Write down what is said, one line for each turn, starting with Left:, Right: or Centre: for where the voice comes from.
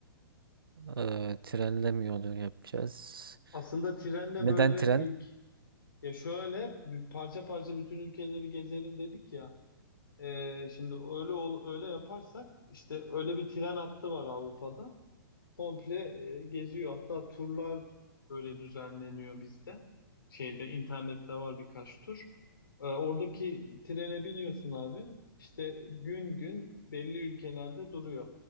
Right: E, trenle mi yolculuk yapacağız?
Left: Aslında trenle
Right: Neden
Left: böyle
Right: tren?
Left: ülk ya şöyle bir parça parça bütün ülkeleri gezelim dedik ya. E, şimdi öyle ol- öyle yaparsak işte öyle bir tren hattı var Avrupa'da. komple e, geziyor. Hatta turlar böyle düzenleniyor bizde. Şeyde internette var birkaç tur. E, oradaki trene biniyorsun abi. İşte gün gün belli ülkelerde duruyor.